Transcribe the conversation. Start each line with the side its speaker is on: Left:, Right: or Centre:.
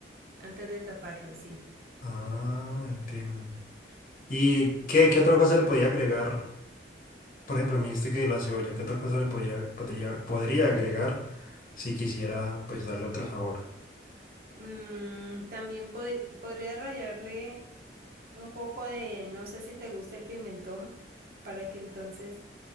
Right: antes de taparlo, sí.
Left: Ah, entiendo. ¿Y qué, qué otra cosa le podía agregar? Por ejemplo, me dijiste que la cebolla, ¿qué otra cosa le podría, podría, podría agregar si quisiera pues darle otro sabor?
Right: Mm, también pod- podría rallarle un poco de, no sé si te gusta el pimentón, para que entonces